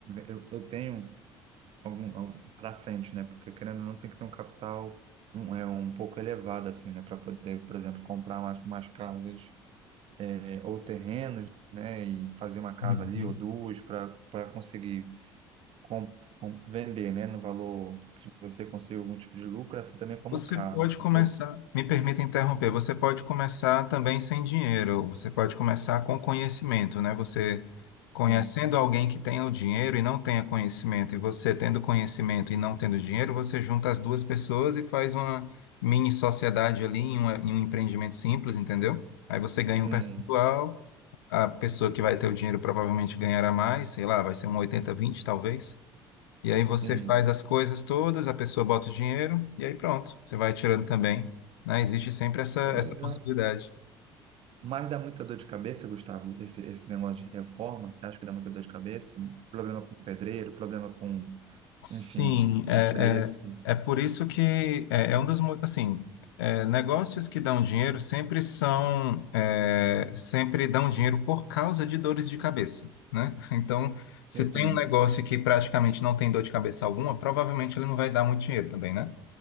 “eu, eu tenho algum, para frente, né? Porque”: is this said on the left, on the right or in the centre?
Right